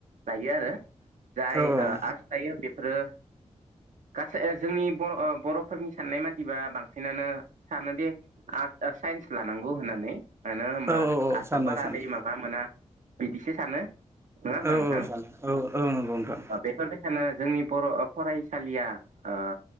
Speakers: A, on the right; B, on the right.
A: लायो आरो जाय
B: औ औ
A: ओ आर्स लायो बेफोरो गासै जोंनि बर' बर'फोरनि साननाय मादिबा बांसिनानो सानोदि आर्स ओ साइन्स लानांगौ होननानै। मानो होनबा
B: औ औ
A: आर्सआव
B: सानो
A: बारा
B: सानो
A: दै माबा मोना बिदिसो सानो। नङा होमबा
B: औ
A: नोंथां
B: औ सानो औ औ नंगौ नोंथां
A: ओ बेफोर बाय खायनो जोंनि बर' फरायसालिया ओ